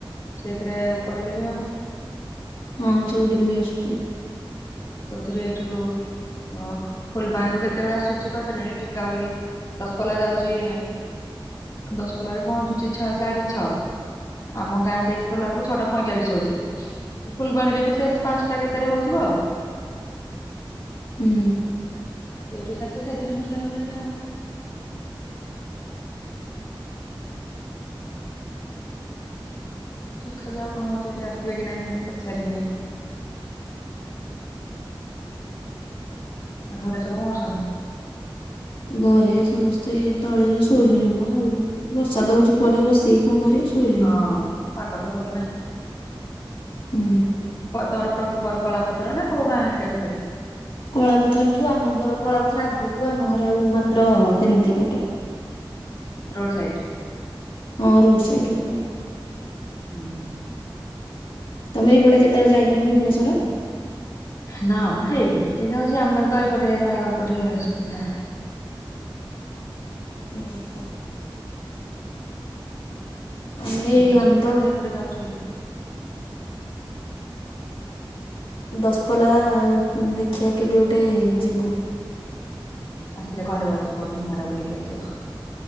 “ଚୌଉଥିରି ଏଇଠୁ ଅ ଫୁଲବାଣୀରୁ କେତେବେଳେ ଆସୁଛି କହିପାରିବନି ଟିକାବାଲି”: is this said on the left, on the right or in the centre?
Left